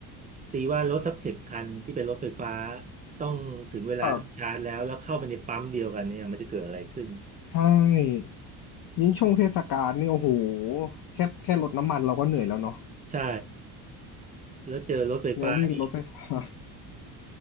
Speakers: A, on the right (about 20°); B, on the left (about 50°).
A: ตีว่ารถสักสิบคันที่เป็นรถไฟฟ้าต้องถึงเวลาต้องชาร์จแล้วแล้วเข้าไปในปั๊มเดียวกันเนี่ยมันจะเกิดอะไรขึ้น
B: ครับใช่ยิ่งช่วงเทศกาลนี่โอ้โหแค่แค่รดน้ำมันเราก็เหนื่อยแล้วเนาะ
A: ใช่แล้วเจอรถไฟฟ้านี่
B: เนี่ยนี่รถไฟฟ้า